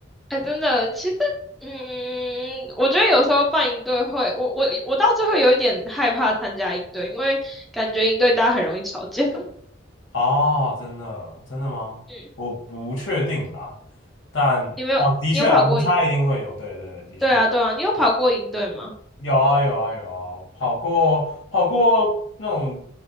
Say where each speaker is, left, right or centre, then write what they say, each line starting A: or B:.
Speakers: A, in the centre; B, on the left (about 85°).
A: 哎，真的，其实，嗯，我觉得有时候办营队会，我我我到最后有一点害怕参加营队，因为感觉营队大家很容易吵架。<laughs>
B: 哦，真的，真的吗？
A: 嗯，
B: 我不确定啦，但哦，
A: 你没有，
B: 的确啊，
A: 你有跑过营？
B: 摩擦一定会有，对对，的确
A: 对啊，对啊，你有跑过营队吗？
B: 有啊，有啊，有啊，跑过跑过那种